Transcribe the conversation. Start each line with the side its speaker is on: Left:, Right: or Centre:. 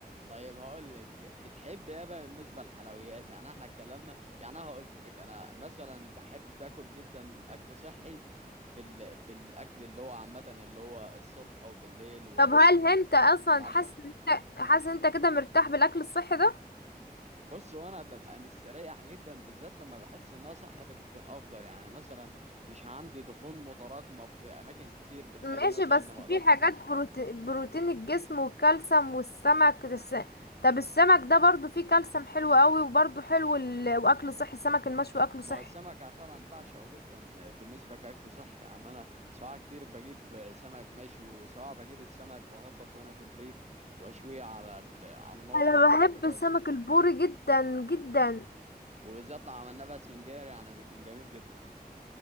Right: طيب هقول لك بتحب ايه بقى بالنسبه للحلويات يعني احنا اتكلمنا يعني انا قلت لك انا مثلا بحب اكل جدا اكل صحي في ال... في الاكل اللي هو عامه اللي هو الصبح وبالليل
Left: طب هل انت اصلا
Right: والعشاء
Left: حاسس ان انت حاسس ان انت كده مرتاح بالاكل الصحي ده
Right: بص وانا ببقى مستريح جدا بالذات لما بحس انها صحتي بتكون افضل يعني مثلا مش عندي دهون متراكمه في اماكن كتير بتخليني
Left: ماشي
Right: مثلا
Left: بس
Right: ان ما اقدرش
Left: في حاجات بروتي... بروتين الجسم والكالسيوم والسمك الس... طب السمك ده برضو فيه كالسيوم حلو قوي وبرضو حلو ال... واكل صحي السمك المشوي اكله
Right: ما
Left: صحي
Right: هو السمك أنا فعلا بعشقه جدا بالنسبه كاكل صحي يعني انا سواء كتير بجيب سمك مشوي وسواء بجيب السمك وانضفه هنا في البيت واشويه على ال- على النار
Left: انا
Right: او في البوتاجاز
Left: بحب سمك البوري جدا جدا
Right: وبالذات لو عملناه بقى سنجاري يعني بيكون جميل جدا